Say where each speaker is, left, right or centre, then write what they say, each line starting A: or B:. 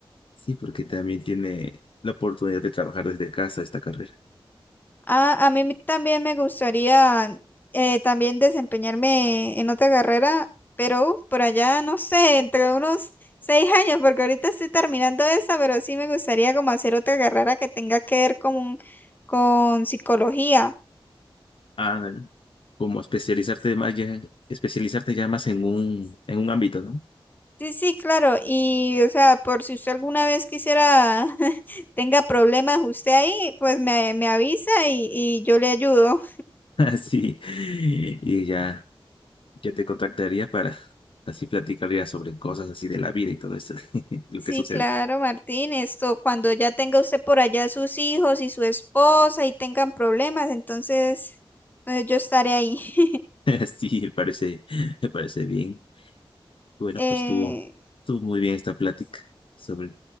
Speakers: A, on the left; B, on the left.
A: sí, porque también tiene la oportunidad de trabajar desde casa esta carrera.
B: Ah, a mí me- también me gustaría eh, también desempeñarme en otra carrera, pero uf, por allá, no sé, entre unos seis años, porque ahorita estoy terminando esa, pero sí me gustaría como hacer otra carrera que tenga que ver con, con psicología.
A: ándale, como especializarte más ya, especializarte ya más en un, en un ámbito, ¿no?
B: Sí, sí, claro. Y, o sea, por si usted alguna vez quisiera, <laughs> tenga problemas usted ahí, pues me, me avisa y, y yo le ayudo.
A: <laughs> Así, y ya, ya te contactaría para así platicaría sobre cosas así de la vida y todo eso, <laughs> lo
B: Sí,
A: que sucede.
B: claro, Martín, esto cuando ya tenga usted por allá sus hijos y su esposa y tengan problemas, entonces eh, yo estaré ahí. <laughs>
A: <laughs> Sí, me parece, me parece bien. Bueno,
B: Eh,
A: pues estuvo, estuvo muy bien esta plática sobre